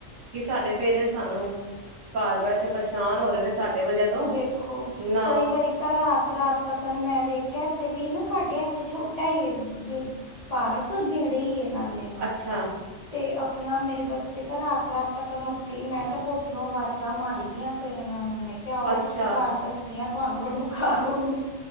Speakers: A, on the right; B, on the left.
A: ਕਿ ਸਾਡੇ ਪੇਰੈਂਟਸ ਸਾਨੂੰ ਘਾਰ ਬੈਠੇ ਪਰੇਸ਼ਾਨ ਹੋ ਰੇ ਨੇ ਸਾਡੇ ਵਜੇ ਤੋਂ
B: ਵੇਖੋ
A: ਨਾ
B: ਕਈ ਵਾਰੀ ਤਾਂ ਰਾਤ-ਰਾਤ ਤੱਕਨ ਮੈਂ ਵੇਖਿਆ ਇੱਥੇ ਵੀ ਨਾ ਸਾਡੇ ਇੱਥੇ ਛੋਟਾ ਈਏ ਪਾਰਕ ਨੇੜੇ ਈ ਏ ਨਾਲੇ।
A: ਅੱਛਾ।
B: ਤੇ ਆਪਨਾ ਮੇਰੇ ਬੱਚੇ ਤਾਂ ਰਾਤ-ਰਾਤ ਤੱਕਨ ਉੱਥੇ ਈ ਮੈਂ ਤਾਂ ਕੋਠਿਓ ਅਵਾਜ਼ਾਂ ਮਾਰੀ ਫੇਰ ਇਨਾਂ ਨੂੰ ਮੈਂ ਕਿਆ, ਆਓ
A: ਅੱਛਾ
B: ਤੁਸੀਂ ਘਰ ਦੱਸਨੀ ਆ ਤਾਨੂੰ ਵੜੋ ਘਰ ਹੁਨ।